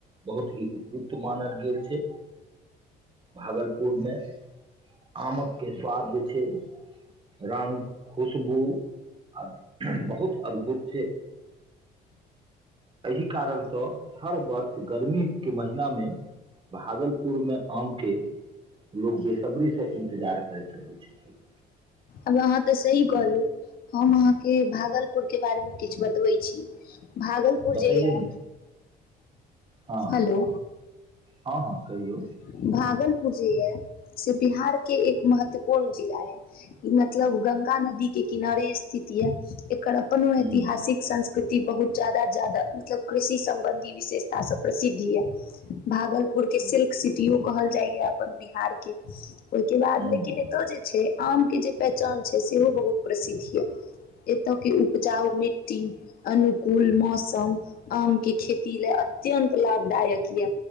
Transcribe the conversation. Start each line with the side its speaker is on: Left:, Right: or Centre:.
Right: बहुत ही उपयु्त मानल गेल छै भागलपुर मे आमक के स्वाद जे छै रंगग खुशबू आ बहुत अद्भुत छै। एहि कारणसँ हर वर्ष गर्मीके महीनामे भागलपुरमे आमके लोक बेसब्रीसँ इन्तजार करैत रहै छथिन।
Left: आब अहाँ तऽ सही कहलू हम अहाँके भागलपुरके बारेमे किछु बतबै छी। भागलपुर
Right: बतैयौ
Left: जिलिया
Right: ने हँ
Left: हेलो
Right: हँ हँ कहियौ
Left: भागल जे ये से बिहार के एक महत्वपूर्ण जिला ये मतलब गंगा नदी के किनारे स्थित ये एकर अपनो
Right: हूँ
Left: ऐतिहासिक संस् ृति बहुत जा्यदा जादा मतलब कृषि सम्बन्धी विशेषता सब प्रसिद्धि यै भागलपुर बुरके
Right: हूँ
Left: सिल्क सिटियो कहल जाइया अपन बिहार के। ओहिके बाद
Right: हूँ
Left: लेकिन एतौ जे छै आम के जे पहचान छै सेहो बहुत प्रसिद्ध ये एतय के उपजाउ मिट्टी अनुकूल मौसम आम के खेती ले अत्यंत लाभदायक यए